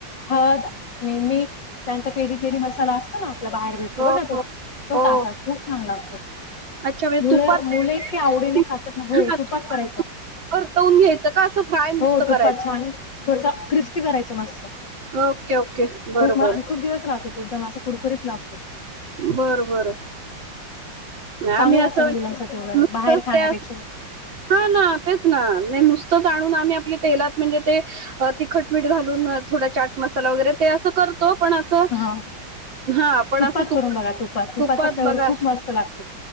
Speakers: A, on the left (about 60°); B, on the right (about 70°).
A: हळद आणि मीठ.. त्यानंतर पेरी पेरी मसाला असतो ना, आपला बाहेर भेटतो
B: हो,
A: बघा तो
B: हो.
A: तो
B: हो.
A: टाका खूप छान लागतो.
B: अच्छा म्हणजे
A: मुलं
B: तुपात
A: मुलं,
B: ते
A: इतकी आवडीने
B: तूप
A: खातात ना, हो
B: हां,
A: तूपात
B: तुपात
A: करायचं.
B: तूप परतवून घ्यायचं का असं फ्राय नुसतं
A: हो तुपात
B: करायचं?
A: छान थोडस क्रिस्पी करायचं मस्त.
B: ओके ओके बरोबर.
A: खूप आणि खूप दिवस राहतो एकदम, असं कुरकुरीत लागतो.
B: बरं बरं.
A: चांगला
B: आम्ही असं
A: असेल
B: म्हणजे
A: मुलांसाठी वगैरे,
B: नुसतंच
A: बाहेर खाण्यापेक्षा,
B: त्या
A: मग.
B: हा ना, तेच ना, नुसताच आणून आम्ही आपल्या, तेलात म्हणजे ते तिखट मीठ घाल. थोडा चाट मसाला वगैरे ते अस करतो पण असं.
A: हा
B: हा पण,
A: तुपात
B: असं तुप
A: करून बघा तुपाचा
B: तुपात
A: फ्लेवर
B: बघा,
A: खूप मस्त लागतो